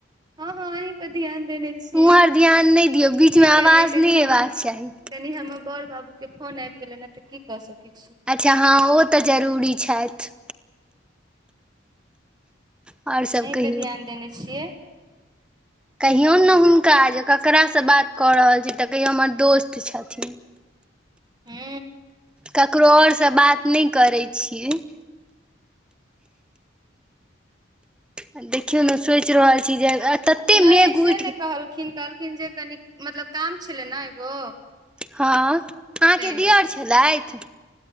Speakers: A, on the right; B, in the centre.
A: हँ हँ अही पर ध्यान देने छी
B: उम्हर
A: कि
B: ध्यान नहि दियौ बीचमे आवाज
A: करिये कनी
B: नहि
A: हमर
B: अयबाक चाही
A: कनी हम बड़ बाबू के फोन आबि गेले ने त की क सकी छी
B: अच्छा हँ ओ तऽ जरूरी छथि आओर सब
A: अहीं
B: कहियौ
A: पे ध्यान देने छियै
B: कहियो ने हुनका जे ककरास से बात कऽ रहल छी तऽ कहियो हमर दोस्त छथिन
A: हू
B: ककरो आओरसँ बात नहि करै छियै आ देखियौ ने सोचि रहल छी जे तते
A: नहि
B: मेघ
A: से
B: उठि
A: नहि कहलखिन कहलखिन जे कनि मतलब काम छलै ने एगो
B: हँ अहाँके
A: ताहि लऽ
B: दिअर छलथि